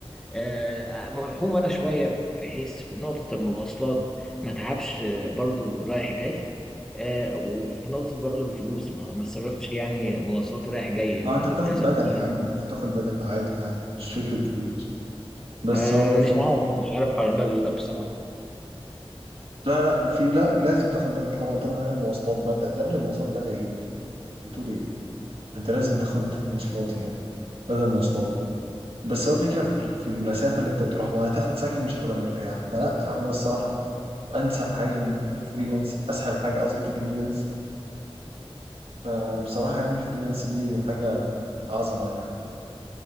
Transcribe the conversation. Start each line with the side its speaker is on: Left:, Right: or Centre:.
Centre: آه، مرحوم انا شويه في حيث في نقطه المواصلات ما تعبش آه، برضو رايح جاي آه، وفي نقطه برضو الفلوس ما ما تصرفش يعني مواصلات رايح جاي
Right: ما
Centre: انت
Right: انت
Centre: لو
Right: بتاخد
Centre: حسبتها
Right: بدل يا عم انت بتاخد بدل عادي عادي مش فكره فلوس بس
Centre: آه،
Right: هو
Centre: مش
Right: فكره
Centre: عارف مش عارف حوار البدل ده بصراحه
Right: لا لا في لا لازم تاخد بدل طبعا طب بدل المواصلات ما انت يا ابني المواصلات غاليه جدا بتقول ايه انت لازم تاخد مواصلات يعني بدل مواصلات بس هو الفكره في في المسافه اللي انت بتروحها هتاخد سكن مش هتبقى مرتاح فلا هو الصراحه انسب حاجه ان الفريلانس اسهل حاجه قصدي الفريلانس فبصراحه يعني الفريلانس دي حاجه عظمه يعني